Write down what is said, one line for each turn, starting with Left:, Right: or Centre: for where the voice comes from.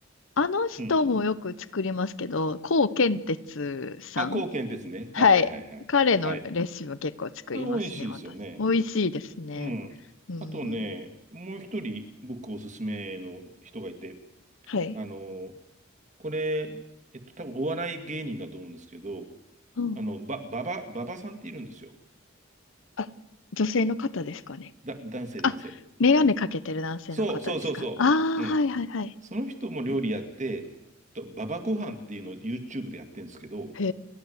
Left: あの人もよく作りますけど、
Right: うん。
Left: コウケンテツさん
Right: あ、貢献ですね。
Left: はい。
Right: はいはいはい。
Left: 彼のレシピも結構作りますね、
Right: はい。あ、美味しいですよね。
Left: 私。美味しいですね。
Right: うん。
Left: うん。
Right: あとね、もう一人僕おすすめの人がいて、
Left: はい。
Right: あの、これ、えっと、多分お笑い芸人だと思うんですけど、
Left: うん。
Right: あの、ば、ばば、ばばさんっているんですよ。
Left: あ、女性の方ですかね。
Right: だ、男性、男性。
Left: あ、メガネかけてる男性の方ですか。
Right: そうそうそうそう。
Left: ああ、
Right: うん。
Left: はいはいはい。
Right: その人も料理やって、と、ばばご飯っていうのを YouTube でやってるんですけど、
Left: へ